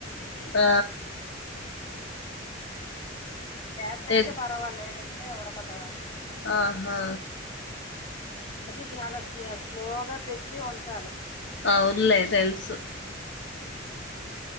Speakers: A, on the left (about 65°); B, on the left (about 25°).
A: ఆ
B: ఎత్ర అయితే
A: ఎ
B: పర్వాలేదంటే ఎడకద
A: ఆహా
B: అది చాలా స్ స్లోగా పెట్టి ఉంచాలి
A: అవునులే తెలుసు
B: ఉ